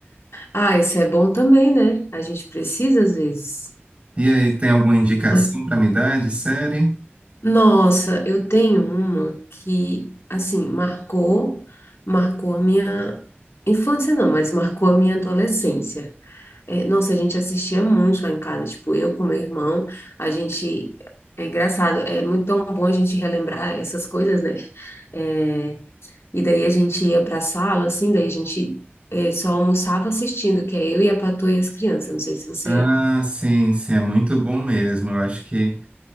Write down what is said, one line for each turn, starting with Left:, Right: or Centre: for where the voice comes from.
Left: ah, isso é bom também, né? A gente precisa às vezes.
Right: E aí, tem alguma indicação
Left: não é?
Right: para me dar de série?
Left: Nossa, eu tenho uma que, assim, marcou, marcou a minha infância, não, mas marcou a minha adolescência. É, nossa, a gente assistia muito lá em casa, tipo, eu com meu irmão, a gente. É engraçado, é muito tão bom a gente relembrar essas coisas, né? É, e daí a gente ia pra sala, assim, daí a gente. é, só almoçava assistindo, que é eu e a Patroa e as crianças. Não sei se você
Right: Ah, sim, sim, é muito bom mesmo. Eu acho que